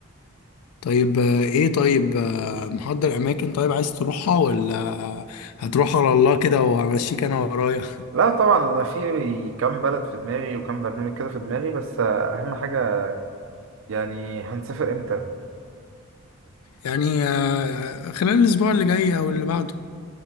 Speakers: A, on the left; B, on the right.
A: طيب آه، ايه طيب آه، محضر اماكن طيب عايز تروحها ولا هتروح على الله كده وامشيك انا ورايا
B: لا طبعا انا في كام بلد في دماغي وكام برنامج كده في دماغي بس اهم حاجه يعني هنسافر امتى
A: يعني آه، خلال الاسبوع اللي جاي او اللي بعده